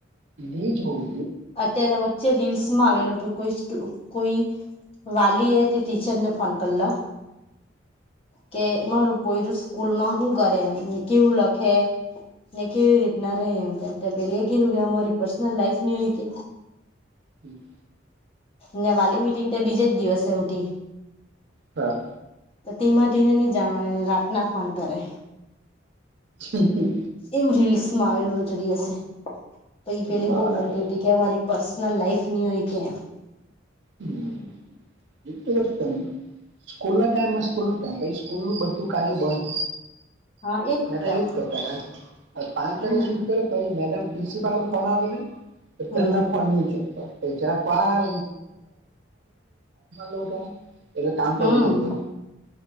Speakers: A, on the right; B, on the left.
A: જ હોલ
B: અત્યારે વચ્ચે રીલ્સ માં આવેલું હતું કોઈ કોઈ વાલી એ તે ટીચરને ફોન કરલો કે મારું પોયરું સ્કૂલમાં શું કરે કેવું લખે ને કેવી રીત ના રહે એમ કાર પેલી એ કીધું કે અમારી પર્સનલ લાઈફ ની હો કે
A: હમ
B: ને વાલી મિટિંગ તો બીજેજ દિવસે ઉઠી
A: હા
B: તો તેીમાં તેને નહી જાણવાની રાતના ફોન કરે
A: હમ હમ
B: એવું રીલ્સ માં આવેલું હત દિવસે પ પેલી
A: બરાબર
B: બહુ બોલતી હતી કે અમારી પર્સનલ લાઈફ નું કે
A: હમ એક વસ્તુ સ્કૂલ ના ટાઈમમાં સ્કૂલ ન થ પછી સ્કૂલ નું બધું કાર્ય બંધ
B: હા એજ
A: મે
B: તો
A: ય કરતા પાંચ
B: હમ
A: ત શટ કર પછ મેડમ પ્રિન્સિપાલ ફોન તો
B: હમ
A: તેમના ફોન લવં શકતો એ જ ફોન લઉ તો એટલે કામ પડી
B: હમ
A: ગયેલું